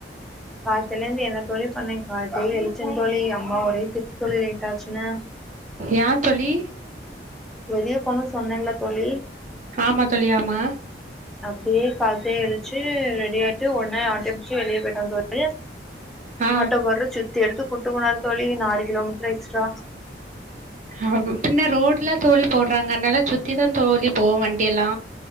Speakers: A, in the centre; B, on the right (about 40°).
A: கால்த்திலேருந்து என்ன தோழி பண்ணே கால்த்தே எல்ச்சே தோழி அம்மா ஒரே திட்டுத் தோழி லேட்டாச்சுன்னு
B: ஏ தோழி
A: வெளிய போனுன் சொன்னேல்ல தோழி
B: ஆமா தோழி ஆமா
A: அப்டியே கால்த்தே எழுச்சு ரெடி ஆய்ட்டு ஒட்னே ஆட்டே புடுச்சு வெளிய போய்ட்டோந்தோழி
B: ஆ
A: ஆட்டோ காரர் சுத்தி எடுத்து கூட்டு போனாரு தோழி நாலு கிலோ மீட்டர் எக்ஸ்ட்ரா
B: ஆ பின்ன ரோடுலா தோழி போட்றாங்க அனால சுத்திதா தோழி போவ் வண்டி எல்லா